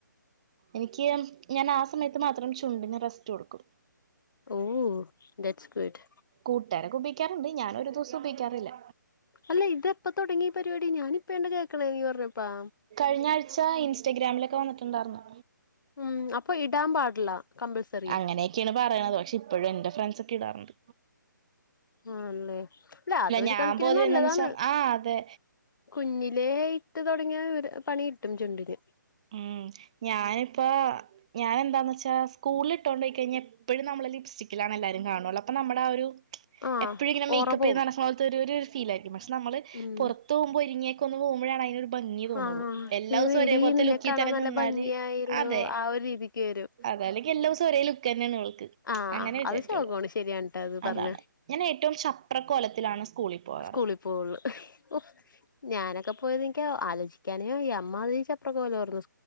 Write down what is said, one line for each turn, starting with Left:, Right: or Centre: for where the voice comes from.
Right: എനിക്ക് ഞാനാസമയത്ത് മാത്രം ചുണ്ടിന് റസ്റ്റ് കൊടുക്കും
Left: ഓഹ് ദാറ്റ്സ് ഗുഡ്
Right: കൂട്ടാരൊക്കെ ഉപയോഗിക്കാറുണ്ട് ഞാൻ ഒരു ദിവസം ഉപയിക്കാറില്ല
Left: അല്ല ഇതെപ്പൊ തൊടങ്ങി ഈ പരിപാടി ഞാനിപ്പഴാണ്ട കേക്കണെ നീ പറഞ്ഞപ്പാ
Right: കഴിഞ്ഞാഴ്ച ഇൻസ്റ്റഗ്രാമിലൊക്കെ വന്നിട്ടുണ്ടാർന്നു
Left: ഉം അപ്പൊ ഇടാൻ പാടില്ല കമ്പൽസറി
Right: അങ്ങനെ ക്കെണ് പറയണത്. പക്ഷെ ഇപ്പഴും എൻറെ ഫ്രണ്ട്സൊക്കെ ഇടാറുണ്ട്
Left: ആണല്ലേ അല്ല അതൊരു
Right: ഞാൻ
Left: കണിക്കിന്
Right: പൊതുവെ
Left: നല്ലതാണ്
Right: എന്താന്ന് വെച്ചാ ആ അതെ
Left: കുഞ്ഞിലേ ഇട്ട് തൊടങ്ങിയ ഒരു പണി കിട്ടും ചുണ്ടിന്
Right: ഉം ഞാനിപ്പ ഞാൻ എന്താന്ന് വെച്ചാ സ്കൂള് ഇട്ടോണ്ടോയി കഴിഞ്ഞ ഇപ്പോഴും നമ്മള് ലിപ്സ്റ്റിക്കിലാണ് എല്ലാരും കാണുവ അപ്പൊ നമ്മുടെ ആ ഒരു
Left: ആഹ്
Right: എപ്പോഴും ഇങ്ങനെ മേക്കപ്പ്
Left: ഓറ പോവും
Right: ചെയിതു നടക്കുന്ന ഒരു ഫീലായിരിക്കും പക്ഷെ നമ്മള് പൊറ
Left: ഉം
Right: പൊറത്ത് പോകുമ്പോ ഒരിങ്ങിയൊക്ക ഒന്ന് പോകുമ്പോഴാണ് അതിനൊരു ഭംഗി തോന്നുള്ളൂ
Left: ആഹ്
Right: എല്ലാ
Left: അയ്യോ
Right: ദിവസവും
Left: എടീ
Right: ഒരേ പോലെ ഒരെ
Left: നിന്നെ
Right: ലുക്ക്
Left: കാണാൻ
Right: തന്നെ
Left: നല്ല
Right: നിന്നാല്
Left: ഭംഗിയായല്ലോ
Right: അതെ
Left: ആ ഒരു രീതിക്ക് വരും
Right: അതല്ല എല്ലാ ദിവസം ഒരേ ലുക്ക് തന്നെയാണ് അവൾക്ക്
Left: ആഹ്
Right: അങ്ങനെ വിചാരിക്കുള്ളു
Left: അത് ശോകാണ് ശരിയാണ് ട്ടോ അത് പറഞ്ഞ
Right: അതാണ് ഞാൻ ഏറ്റവും ശപ്രകോലത്തിലാണ് സ്കൂളില് പോകാറ്
Left: സ്കൂളിൽ പോവുള്ളൂ ഓഹ് ഞാനൊക്കെ പോയതൊക്ക ആലോചിക്ക ക്കാന വയ്യ അമ്മാതിരി ശപ്രകോലമായിരുന്നു